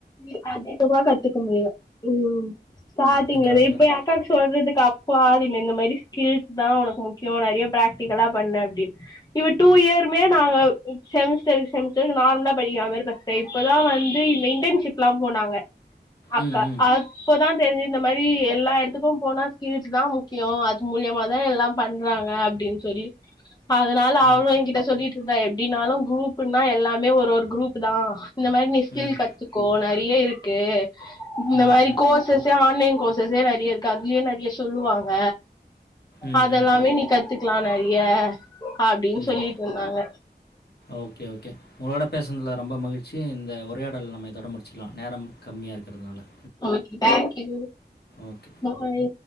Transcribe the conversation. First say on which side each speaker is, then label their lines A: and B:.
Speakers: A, on the left; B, on the left.
A: இ அதிகமா கத்துக்க முடியு ம் ஸ்டார்ட்டிங்ல
B: ம். கரெக்ட்டு
A: இது இப்ப
B: தான்.
A: ஏன் அக்காக்கு சொல்றதுக்கு அப்ப ஆளு இல்ல இந்த மாரி ஸ்கில்ஸ்தா உனக்கு முக்கியோ நெறைய பிராக்டிகலா பண்ணு அப்டின்னு. இப்ப டூ இயருமே நாங்க ம் செமஸ்டருக்கு செமஸ்டர் நார்மலா படிக்கிற மாரி படிச்சிட்டே இப்பதா வந்து இந்த இன்டென்ஷிப் லா போனாங்க அக்கா
B: ம். ம்.
A: அப்பதா தெரிஞ்சுது இந்த மாரி எல்லா எடத்துக்கும் போனா ஸ்கில்ஸ்தா முக்கியோ அது மூலியமாதா எல்லா பண்றாங்க அப்டின்னு சொல்லி அதனால அவ
B: ஓகே.
A: என்கிட்ட சொல்லிட்ருந்தா எப்டின்னாலு குரூப் புன்னா எல்லாமே ஒரு ஒரு குரூப்தா இந்த மாரி நீ ஸ்கில்
B: ம்.
A: கத்து க்கோ நெறைய இருக்கு. இந்த
B: ம்.
A: மாரி
B: ம்.
A: கோர்சஸே ஆன்லைன் கோர் சஸே நெறைய இருக்கு. அதுலயே நெறைய சொல்லுவாங்க.
B: ம்.
A: அதெல்லாமே
B: ம். ம்.
A: நீ கத்துக்கலா நெ றைய அப்டின்னு
B: ம்.
A: சொல்லிட்ருந்தாங்க.
B: Okay, okay. உங்களோட பேசுனதுல ரொம்ப மகிழ் ச்சி இந்த உரையாடல் நம்ம இதோட முடிச்சிக்கலா நேரம் கம்மியா இருக்கறதுனால
A: ஓகே தேங்க்யூ
B: ஓகே.
A: பாய்